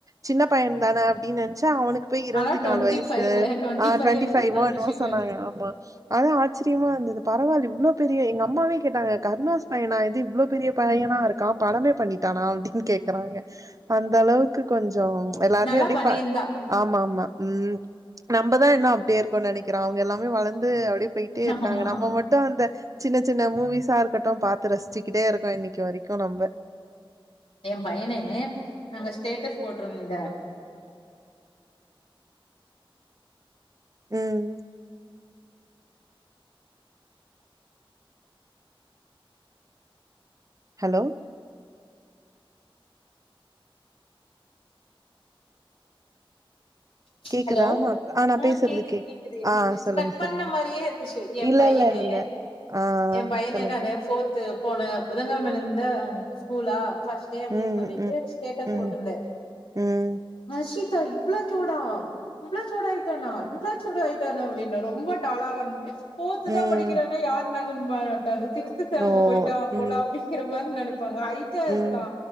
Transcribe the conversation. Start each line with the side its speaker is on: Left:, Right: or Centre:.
Right: சின்ன பையன் தானே அப்டின்னு நென்ச்ச அவனுக்கு போயி
Left: ஆனா
Right: பத்தி
Left: டுவெண்ட்டி
Right: நாலு வயசு
Left: ஃபைவ் டுவெண்ட்டி
Right: ஆ
Left: ஃபைவ்
Right: ட்வெண்டி ஃபைவோ
Left: டுவெண்ட்டி சிக்ஸ்
Right: சொன்னாங்க ஆமா அதுவு ஆச்சரியமா இருந்தது பரவாயில்ல இவ்ளோ பெரிய எங்க அம்மாவே கேட்டாங்க கர்ணாஸ் பையனா இது இவ்ளோ பெரிய பையனா
Left: ம்
Right: இருக்கா படமே பண்ணிட்டானா அப்டீன் னு கேக்குறாங்க அந்த அளவுக்கு கொஞ்சோ எல்லாருமே
Left: நல்லா
Right: அப்டி
Left: பண்ணியிருந்தா
Right: ஃபா ஆமாமா ம் நம்மதா இன்னோ அப்டியே இருக்கனு நெனைக்குறோ அவுங்க எல்லாமே வளந்து அப்டியே போய்ட்டே இருக்காங்க
Left: ஆமா
Right: நம்ம மட்டு அந்த சின்ன சின்ன மூவிஸா இருக்கட்டோ பாத்து ரசிச்சுக்கிட்டே இருக்கோ இன்னக்கி வரிக்கோ நம்ப
Left: எ பையனே நாங்க ஸ்டேட்டஸ் போட்டுருந்த
Right: ம் ஹலோ
Left: ச்
Right: கேக்குதா?
Left: ஹலோ
Right: நான் நான்
Left: ஆ
Right: பேசுறது
Left: கேக்குது
Right: கேக்
Left: கேக்குது என்ன
Right: ஆ சொல்லுங்க,
Left: கட் பண்ண
Right: சொல்லுங்க.
Left: மாரியே இருந்துச்சு எ
Right: இல்ல,
Left: பையனே
Right: இல்ல, இல்ல. ஆ
Left: எ பையனே
Right: சொல்லுங்க.
Left: நானே ஃபோர்த்து போன புதங்கழமலுந்தே ஸ்கூலா ஃபஸ்ட்டே அப்டீன்னு
Right: ம்,
Left: சொல்லிட்டு
Right: ம்,
Left: ஸ்டேட்டஸ்
Right: ம்,
Left: போட்டுருந்தே
Right: ம்.
Left: அர்ஷிதா இவ்ளோ சோடா இவ்ளோ சோடாயிட்டானா இவ்ளோ சோடாயிட்டானா அப்டீன்னு ரொம்ப டாளா வந்து ஃபோர்த்துதா
Right: ம்.
Left: படிக்கிறான்னா யாரோ நங்க மாட்டாங்க சிக்ஸ்த்து செவன்த்து
Right: ஓ!
Left: போயிட்டாங்க
Right: ம்,
Left: போல அப்டீங்கிற மாரி நெனப் ப்பாங்க ஐட்டா
Right: ம்,
Left: இருக்கா